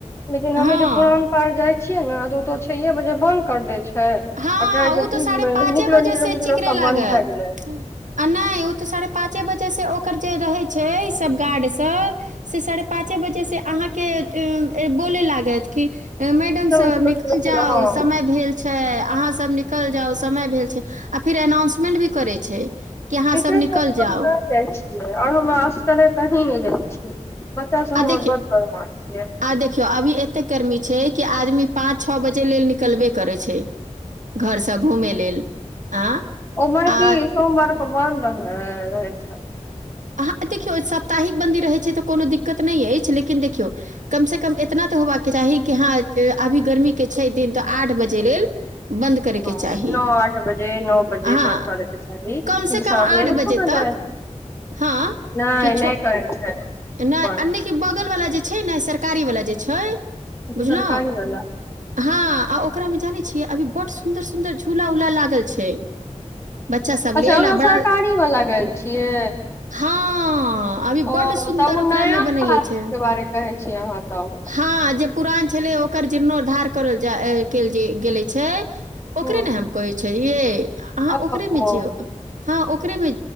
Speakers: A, on the left; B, on the right.
A: लेकिन हमे
B: हँ
A: जे पुरान पार्क जाय छियै ने तऽ ओ तऽ छे बजे बन्द कर दै छै
B: हँ
A: आ कहै छै
B: उ ते
A: कि
B: साढ़े पाँचे
A: निकलो
B: बजे
A: निकलो
B: से चिकरे
A: निकलो सब
B: लागत
A: बन्द भए गेलै
B: आ नहि उ ते साढ़े पाँचे वजह से ओ रहे छै सब गाड सब साढ़े पाँचे बजे से अहाँ बोले लागत मैडम
A: चलो
B: सब
A: चलो
B: निकल
A: चलो चलो
B: जाउ
A: हँ
B: समय भेल छै अहाँ सब निकल जाउ समय भेल छै आ फेर एनाउंसमेंट भी करै छै कि अहाँ
A: एकरे
B: सब निकल
A: खातिर हम
B: जाउ
A: न जाइ छियै आओर हम असगरे कही नहि जाइ छियै बच्चा सब
B: आ
A: हमर
B: देखियौ
A: बड बदमाश छियै
B: आ देखियौ अभी एते गर्मी छै कि आदमी पाँच छओ बजे लेल निकलबे करै छै घरसँ घूमय लेल आ
A: ओमर
B: आ
A: की सोमवारके बन्द रह रहै छै
B: अह देखियौ सप्ताहिक बन्दी रहै छै तऽ कोनो दिक्कत नहि अछि लेकिन देखियौ कम से कम इतना तऽ होबाक के चाही कि हँ अभी गर्मी के छै दिन तऽ आठ बजे लेल बन्द करैके
A: ह
B: चाही
A: नओ आठ बजे नओ बजे
B: हँ
A: बंद हुए के चाही
B: कम से कम
A: सझेमे
B: आठ बजे
A: कोना
B: तक
A: जा छै
B: हँ
A: नहि
B: कि छो
A: नहि करै छै
B: नहि
A: बन्द
B: आ नहि कि बगलवला जे छै ने सरकारी वला जे छै
A: ओ तऽ
B: बुझलहु
A: सरकारी वाला
B: हँ आ ओकरामे जानै छियै अभी बड् सुन्दर सुन्दर झूला उला लागल छै बच्चा सब
A: अच्छा
B: लेल
A: अहाँ
B: आ बड़ा
A: सरकारी वाला गेल छियै
B: हँ ह अभी बड
A: ओ
B: सुन्दर
A: तऽ ओ
B: ओकरा
A: नया
B: मे बनैने
A: पार्क
B: छै
A: के बारे कहै छियै अहाँ तब
B: ह पुरान छलै ओकर जीर्णोद्धार करल जा केल गेले छै ओकरे
A: हूँ
B: ने हम कहै छ ये अहाँ
A: ओ
B: ओकरेमे जियौ हँ ओकरेमे